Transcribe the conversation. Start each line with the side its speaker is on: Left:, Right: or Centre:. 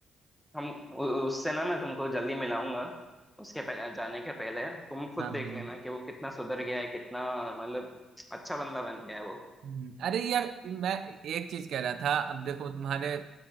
Centre: हम उ- उससे ना मैं तुमको जल्दी मिलाऊंगा उसके पह, जाने के पहले तुम खुद
Right: हाँ मैंने-
Centre: देख लेना कि वो कितना सुधर गया है कितना मतलब अच्छा बंदा बन गया है वो
Right: हम्म, अरे यार मैं एक चीज कह रहा था अब देखो तुम्हारे